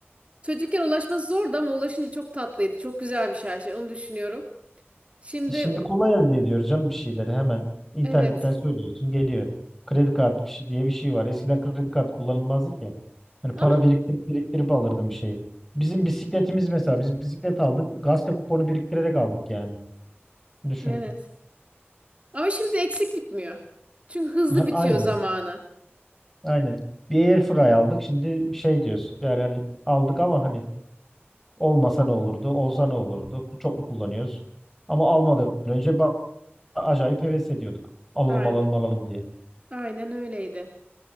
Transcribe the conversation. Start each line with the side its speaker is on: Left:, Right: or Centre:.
Right: çocukken ulaşması zordu ama ulaşınca çok tatlıydı çok güzelmiş her şey onu düşünüyorum. Şimdi
Centre: Şimdi kolay elde ediyoruz canım bir şeyleri hemen internetten
Right: evet
Centre: söylüyorsun geliyor. Kredi kartı bir şey diye bir şey var. Eskiden kredi kartı kullanılmazdı ki. Hani
Right: ama
Centre: para biriktirip biriktirip alırdım bir şeyi. Bizim bisikletimiz mesela biz bisiklet aldık. Gazete kuponu biriktirerek aldık yani. Düşün.
Right: evet ama şimdi eksik bitmiyor. Çünkü hızlı
Centre: Ha,
Right: bitiyor
Centre: Aynen.
Right: zamanı.
Centre: Aynen. Bir Airfryer aldık. Şimdi şey diyoruz. Yani hani aldık ama hani olmasa ne olurdu? Olsa ne olurdu? Çok mu kullanıyoruz? Ama almadan önce ba- acayip heves ediyorduk. Alalım
Right: Aynen.
Centre: alalım alalım diye.
Right: Aynen öyleydi.